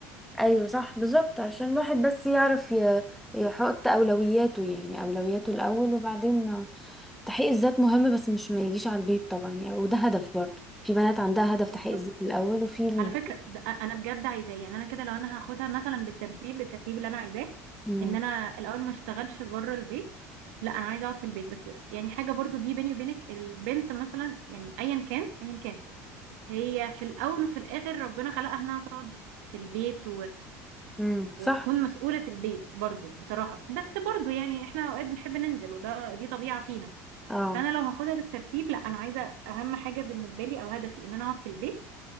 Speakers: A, in the centre; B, on the right (about 85°).
A: ايوه صح بالظبط عشان الواحد بس يعرف ي- يحط اولوياته يعني اولوياته الاول وبعدين تحقيق الذات مهم بس مش ما يجيش على البيت طبعا يعني وده هدف برضه في بنات عندها هدف
B: بالظبط
A: تحقيق الذات الاول وفي ال...
B: على فكره ده انا بجد عايزاه يعني انا كده لو انا هاخدها مثلا بالترتيب بالترتيب اللي انا عايزاه
A: مم.
B: ان انا الاول ما اشتغلش بره البيت لا انا عايزه اقعد في البيت بس يعني حاجه برضو دي بيني وبينك البنت مثلا يعني ايا كان ايا كان هي في الاول وفي الاخر ربنا خلقها انها تقعد في البيت
A: مم.
B: وتكون
A: صح
B: مسؤولة البيت برضو بصراحة بس برضو يعني احنا اوقات بنحب ننزل وده دي طبيعة فينا
A: اه
B: فانا لو هاخدها بالترتيب لا انا عايزة اهم حاجة بالنسبة لي او هدفي ان انا اقعد في البيت